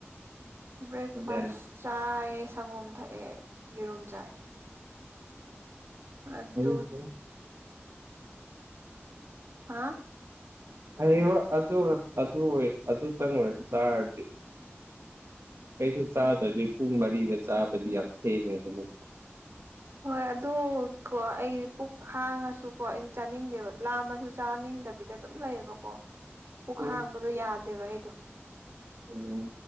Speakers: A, on the right; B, on the right.
A: ꯕ꯭ꯔꯦꯛꯐꯥꯁ
B: ꯑꯗꯦ
A: ꯆꯥꯏꯌꯦ ꯁꯪꯒꯣꯝ ꯊꯛꯑꯦ ꯌꯦꯔꯨꯝ ꯆꯥꯏ ꯑꯗꯨ
B: ꯍꯩ ꯍꯩ
A: ꯍꯥ
B: ꯍꯌꯦ ꯑꯗꯨ ꯑꯗꯨ ꯑꯣꯏ ꯑꯗꯨꯇꯪ ꯑꯣꯏꯔꯁꯨ ꯆꯥꯔꯗꯤ ꯀꯩꯁꯨ ꯆꯥꯗ꯭ꯔꯗꯤ ꯄꯨꯡ ꯃꯔꯤꯒ ꯆꯥꯕꯗꯤ ꯌꯥꯝ ꯊꯦꯡꯉꯦꯕ ꯅ
A: ꯍꯣꯏ ꯑꯗꯨ ꯀꯣ ꯑꯩꯒꯤꯗꯤ ꯄꯨꯛ ꯍꯥꯡꯉꯁꯨꯀꯣ ꯑꯩꯗꯤ ꯆꯥꯅꯤꯡꯗꯦꯕ ꯂꯥꯝꯃꯁꯨ ꯆꯥꯅꯤꯡꯗꯕꯤꯗ ꯑꯗꯨꯝ ꯑꯗꯨꯝ ꯂꯩꯌꯦꯕꯀꯣ ꯄꯨꯛ
B: ꯎꯝ
A: ꯍꯥꯡꯕꯗꯣ ꯌꯥꯗꯦꯕ ꯑꯩꯗꯣ
B: ꯎꯝ